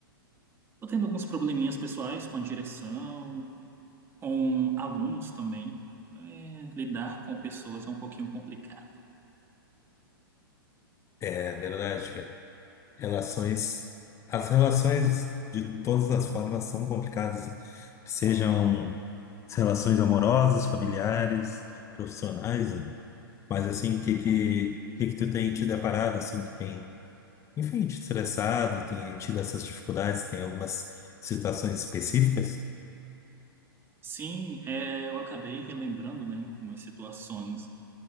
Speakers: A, on the right; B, on the left.
A: tô tendo alguns probleminhas pessoais com a direção, com alunos também. É, lidar com pessoas é um pouquinho complicado.
B: É verdade, cara. Relações, as relações de todas as formas são complicadas, sejam as relações amorosas, familiares, profissionais, né? mas assim, o que que, o que que tu tem te deparado, assim, tu tem, enfim, te estressado, tem tido essas dificuldades, tem algumas situações específicas?
A: Sim, é, eu acabei relembrando, né, umas situações.